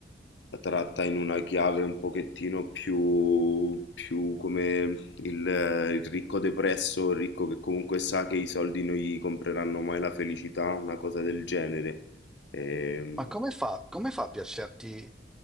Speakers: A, on the left; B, in the centre.
A: la tratta in una chiave un pochettino più, più come il, eh, il ricco depresso, il ricco che comunque sa che i soldi non gli compreranno mai la felicità, una cosa del genere. Ehm,
B: Ma come fa, come fa a piacerti?